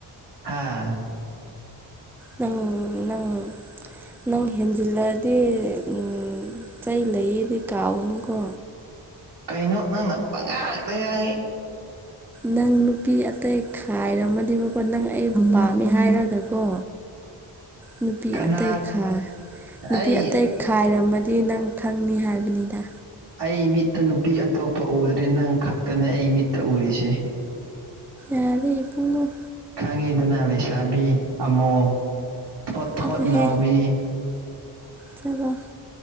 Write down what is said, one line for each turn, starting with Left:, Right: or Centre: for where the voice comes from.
Right: ꯍꯥꯥ
Centre: ꯅꯪ ꯅꯪ ꯅꯪ ꯍꯦꯟꯖꯤꯜꯂꯛꯗꯤ ꯎ ꯆꯩ ꯂꯩꯌꯦꯗꯤ ꯀꯥꯎꯒꯅꯨꯀꯣ
Right: ꯀꯩꯅꯣ ꯅꯪꯅ ꯄꯉꯥꯡꯅ ꯌꯥꯡꯏꯤ
Centre: ꯅꯪ ꯅꯨꯄꯤ ꯑꯇꯩ ꯈꯥꯏꯔꯝꯃꯅꯦꯕꯀꯣ ꯅꯪ ꯑꯩꯕꯨ ꯄꯥꯝꯃꯦ ꯍꯥꯏꯔꯒꯀꯣ
Right: <unintelligible>
Centre: ꯅꯨꯄꯤ
Right: ꯀꯅꯥ
Centre: ꯑꯇꯩ ꯈꯥꯏ ꯅꯨꯄꯤ
Right: ꯑꯩ
Centre: ꯑꯇꯩ ꯈꯥꯏꯔꯝꯃꯗꯤ ꯅꯪ ꯈꯪꯅꯤ ꯍꯥꯏꯕꯅꯤꯗ
Right: ꯑꯩ ꯃꯤꯠꯇ ꯅꯨꯄꯤ ꯑꯇꯣꯞꯄ ꯎꯗ꯭ꯔꯦ ꯅꯪ ꯈꯛꯇꯅꯦ ꯑꯩ ꯃꯤꯠꯇ ꯎꯔꯤꯁꯦ
Centre: ꯑꯔꯦ ꯏꯕꯨ
Right: ꯈꯪꯉꯤꯗꯅ ꯂꯩꯁꯥꯕꯤ ꯑꯃꯣꯝ ꯊꯣꯠ
Centre: ꯆꯠꯂꯣꯍꯦ
Right: ꯊꯣꯠ ꯅꯥꯎꯕꯤ
Centre: ꯆꯠꯂꯣ